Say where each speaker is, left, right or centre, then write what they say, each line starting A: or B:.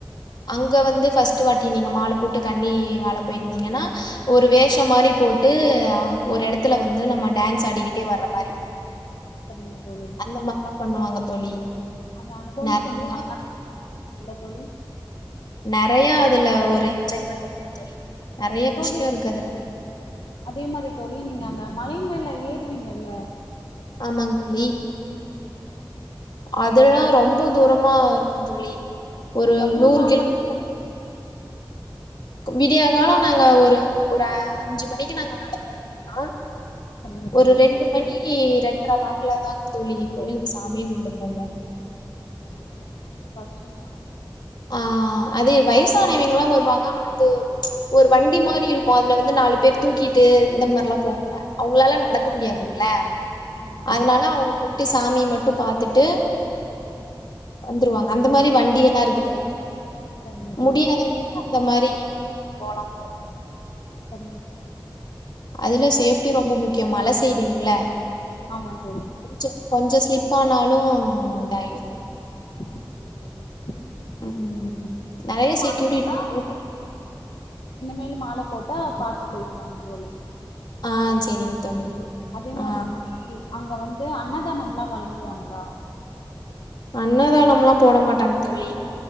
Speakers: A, on the left; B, on the left.
A: அங்க வந்து ஃபர்ஸ்ட்டு வாட்டி நீங்க மால போட்டு கன்னி மேல போயிருந்தீங்கனா ஒரு வேஷோ மாரி போட்டு, ஒரு எடத்துல வந்து நம்ம டேன்ஸ் ஆடிக்கிட்டே வர்ற மாரி.
B: சரிங்க தோழி
A: இந்த மார்லா பண்ணுவாங்க தோழி.
B: அந்த அனுபவம்
A: நெறைய
B: கொஞ்சோ நல்லா <inaudible> இல்ல தோழி
A: நெறைய அதுல ஒரு என்ஜாய்மெண்ட் இருக்கு தோழி, நெறைய விஷயோ
B: தோழி
A: இருக்கு அதுல
B: அதே மாரி தோழி, நீங்க அந்த மலை மேல ஏறுவீங்கள்ல
A: ஆமாங் தோழி அதுல்லா ரொம்ப தூரமா இருக்கு தோழி. ஒரு
B: எவ்ளோ
A: நூறு
B: நாள்
A: கிலோமீ
B: நட
A: விடியா கால நாங்க ஒரு ஒரு அஞ்சு மணிக்கு நாங்க நடந்தோம்னா
B: சரிங்க தோழி
A: ஒரு ரெண்டு மணி ரெண்டர வாக்கலுதாங் தோழி கோயிலுக்கு சாமியே கும்பட போவோ
B: அப்டியா தோழி, கொஞ்சோ கஷ்டந்தா
A: ஆ அதே வயசானவிங்கலா வருவாங்க. அது ஒரு வண்டி மாரி இருக்கு அதுல வ ந்து நாலு பேர் தூக்கிட்டு, இந்த மாரிலாம் போவாங்க. அவங்களால நடக்க முடியாதுங்ள
B: ஆமா தோழி
A: அதனால அவுங்க போய்ட்டு சாமி மட்டு பாத்துட்டு
B: ம்
A: வந்துருவாங்க அந்த மாரி வண்டி எல்லா இருக்குது.
B: சரிங்க
A: முடியாதவிங்க
B: தோழி
A: அந்த மாரி போலாம் தோழி
B: சரிங்க தோழி
A: அதுல சேஃப்டி ரொம்ப முக்கியம் மல சைடு இல்லைங்ள
B: ஆமா தோழி
A: கொஞ்சோ கொஞ்சோ ஸ்லிப் ஆனாலு இதாயுரு
B: அப்டியா தோழி, <inaudible>
A: ம்
B: நீங்க இன்னமேலு
A: நெறைய
B: மால
A: செக்யூரிட்டி
B: போட்டா
A: நெறைய ப
B: இன்னமேலு மாலை போட்டா பாத்து போயிட்டு வாங்க தோழி. சரிங்களா
A: ஆ
B: தோழி
A: சேரிங்க
B: அதே
A: ஆ
B: மாரி தோழி அங்க வந்து அன்னதானம்லா வழங்குவாங்ளா
A: அன்னதானம்லா போட மாட்டாங்க தோழி.